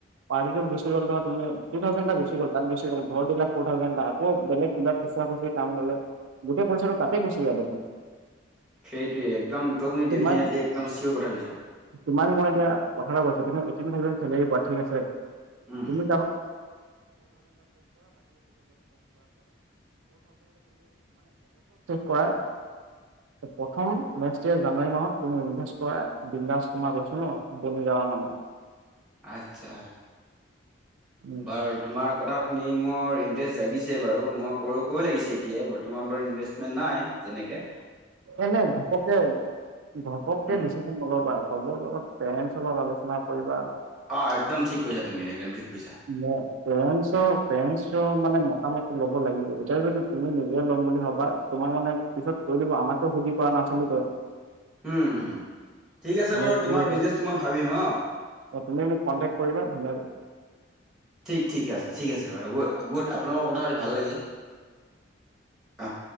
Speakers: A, on the right; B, in the centre.
A: পাৰ্টিটোক গুচি গ'লে ধৰা তুমি থাে গু গ' তাত গ ঘৰাক ফ থে বেলেগ কিবা খুচুৰা খুচি কাম ললে গোটেই পইচাটো তাতেই গুচি যায় দেখোন
B: সেইটোৱে একদম তোৰপু
A: তোমাক
B: ডেফিনেটলি একদম চিয়'ৰ কথা কৈছা
A: তোমাক মই এতিয়া কথ কৈছো তুমি ঐতিন থাউজেণ্ড চেলাৰি পোৱা ঠিক আছেুমি
B: উম।
A: কৰা তুি <unintelligible> প্ৰথম নেক্স ইয়াৰ জানুৱাৰী মাহত তুমি ইনভেষ্ট কৰা বিন্দাস তোমাৰ কৈছো ন বন কামান
B: আচ্ছা
A: উম
B: বাৰু তোমাৰ কথা শুনি মোৰ ইন্টাৰেষ্ট জাগিছে বাৰু মই কই লাগিছে এতিয় বৰ্তমান বাৰু ইনভেষ্টমেট নাই যেনেকে
A: এনে ঘপকে ধপককে
B: উম।
A: দিছেচন নলাবা চবৰ লগত পেৰেছৰ লগত আলোচনা কৰিব।
B: অ', একদম ঠিক কৈছা তুমি। একদম ঠিক কৈছা
A: ম পৰনচ পৰনচ মানে মটামট ল ল'ব লাগিব এতিয়া যদি তুমি নিজে ল'ম বুলি ভাবা তোমাক মানে পিছত কৈ দিব আমাক। সুধি কৰা নাছিলি তই।
B: হম, হম ঠিক আছে
A: সেনেকে
B: বাৰু
A: কৰিব
B: তোমাৰ
A: পাৰে
B: বিজনেচটো মই ভাবিম হা।
A: অ', তুমি মোক কণ্টেক্ট কৰিবা ধুনীয়াকে।
B: ঠিক, ঠিক আছে ঠিক আছে বাৰু গুড আপোনালোকৰ ক কথা পাতি ভাল লাগিল আ'।